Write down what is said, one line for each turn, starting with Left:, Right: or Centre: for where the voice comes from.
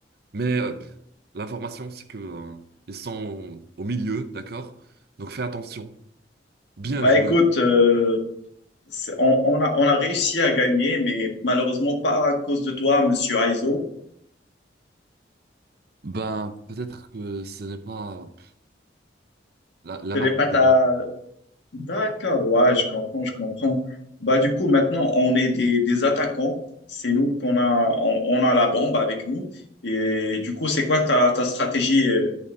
Right: Mais euh, l'information, c'est que euh, ils sont au milieu, d'accord? Donc fais attention. Bien
Left: Bah
Right: joué.
Left: écoute, euh, c'est- on, on a, on a réussi à gagner, mais malheureusement pas à cause de toi, monsieur Aizo.
Right: Ben, peut-être que ce n'est pas la, la
Left: Ce
Right: map
Left: n'est pas ta...
Right: pour moi.
Left: D'accord, ouais, je comprends, je comprends. Bah, du coup, maintenant, on est des, des attaquants. C'est nous qu'on a, on, on a la bombe avec nous. Et du coup, c'est quoi ta, ta stratégie euh,